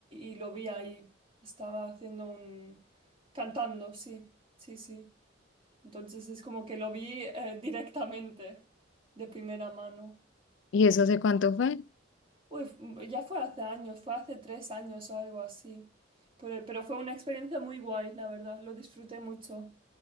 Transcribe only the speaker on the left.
¿Y eso hace cuánto fue?